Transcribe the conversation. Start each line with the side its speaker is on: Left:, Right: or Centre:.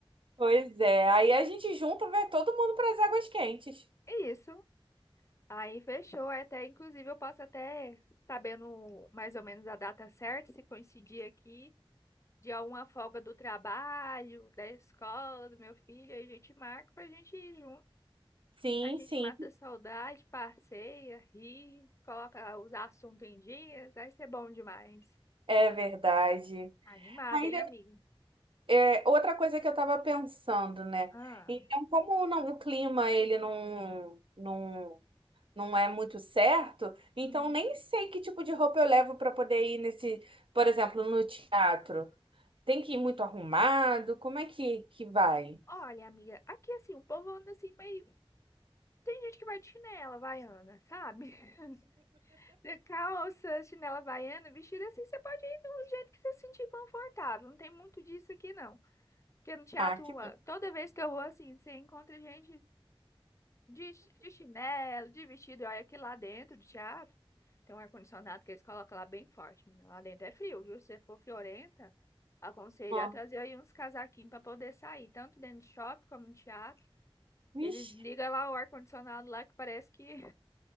Right: Pois é, aí a gente junta, vai todo mundo para as águas quentes.
Left: Isso. Aí fechou. Aí Até, inclusive, eu posso até, sabendo mais ou menos a data certa, se coincidir aqui, de alguma folga do trabalho, da escola, do meu filho, aí a gente marca pra gente ir junto.
Right: Sim,
Left: A gente
Right: sim,
Left: mata a saudade, passeia, ri, coloca os assuntos em dias, vai ser bom demais.
Right: é verdade.
Left: Animada,
Right: Mas
Left: hein, amiga?
Right: É, outra coisa que eu estava pensando, né?
Left: Ah,
Right: Então, como não- o clima ele não, não, não é muito certo, então
Left: uhum.
Right: nem sei que tipo de roupa eu levo para poder ir nesse, por exemplo, no teatro. Tem que ir muito arrumado? Como é que, que vai?
Left: Olha, amiga, aqui assim, o povo anda assim meio. Tem gente que vai de chinela havaiana, sabe? <laughs> De calça, chinela havaiana, vestido assim, você pode ir do jeito que você se sentir confortável. Não tem muito disso aqui, não. Porque no teatro,
Right: Ah, que bom.
Left: ah, toda vez que eu vou assim, você encontra gente de, chi- de chinelo, de vestido, e olha que lá dentro do teatro tem um ar-condicionado que eles colocam lá bem forte, menina. Lá dentro é frio, viu? Se você for friorenta, aconselho
Right: Ó,
Left: a trazer aí uns casaquinhos para poder sair, tanto dentro do shopping como no teatro.
Right: vixe.
Left: Eles ligam lá o ar-condicionado lá que parece que <laughs>